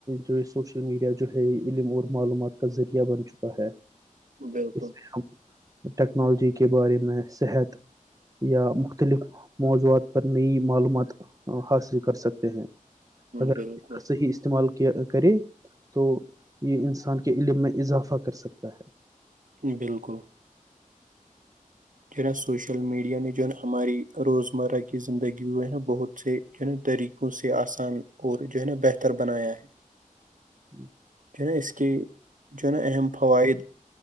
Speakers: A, on the right (about 25°); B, on the right (about 70°).
A: جو سوشل میڈیا جو ہے علم اور معلومات کا ذریعہ بن چکا ہے
B: بالکل
A: اس میں ہم ٹیکنالوجی کے بارے میں صحت یا مختلف موضوعات پر نئی معلومات حاصل کر سکتے ہیں اگر
B: بالکل
A: آپ اس کا صحیح استعمال کیا کرے تو یہ انسان کے علم میں اضافہ کر سکتا ہے
B: بالکل جو نا سوشل میڈیا نے جو ہے ن ہماری روزمرہ کی زندگی ہوئے ہیں بہت سے جو ہے طریقوں سے آسان اور جو ہے نا بہتر بنایا ہے
A: ہی
B: جو ہے نا اس کے جو ہے نا اہم فوائد